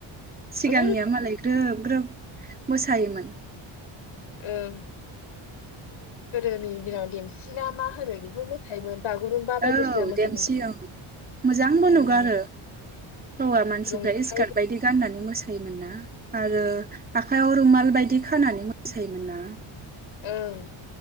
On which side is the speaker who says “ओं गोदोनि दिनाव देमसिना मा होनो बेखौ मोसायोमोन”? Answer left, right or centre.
Left